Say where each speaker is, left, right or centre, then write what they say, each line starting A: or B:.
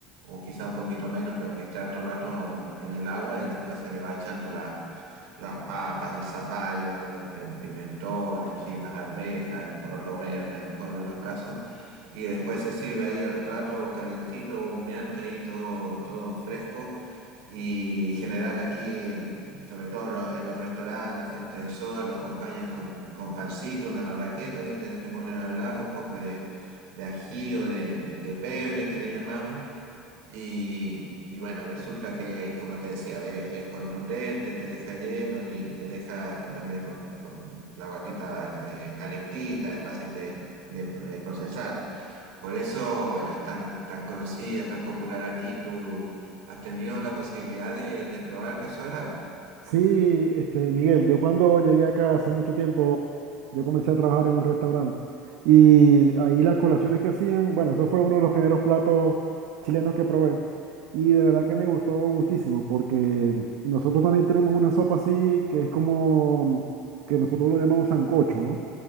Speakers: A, on the right; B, on the right.
A: o quizá un poquito menos, pero que esté harto rato en, en el agua y después se le va echando la- las papas, el zapallo, el, el pimentón, en fin, las arvejas, el poroto verde, en el mejor de los casos, y después se sirve ahí al plato calentito, humeante ahí, todo, todo fresco, y en general aquí, en- sobre todo en los, en los restaurantes, las fuentes de soda, lo acompañan con, con pancito, una marraqueta, y te, te ponen al lado un poco de, de ají o de, de pebre que le llamamos y, y bueno, resulta que, como te decía, ve, es contundente, te deja lleno y, te deja con, también con, con la guatita eh, calentita, es fácil de, de pro- de procesar. Por eso, bueno, es tan, tan conocida, tan popular aquí. ¿Tú has tenido la posibilidad de, de probar cazuela?
B: Sí, este, Miguel, yo cuando llegué acá hace mucho tiempo, yo comencé a trabajar en un restaurante y ahí las colaciones que hacían, bueno, eso fue uno de los primeros platos chilenos que probé y de verdad que me gustó muchísimo porque nosotros también tenemos una sopa así que es como, que nosotros lo llamamos sancocho, ¿no?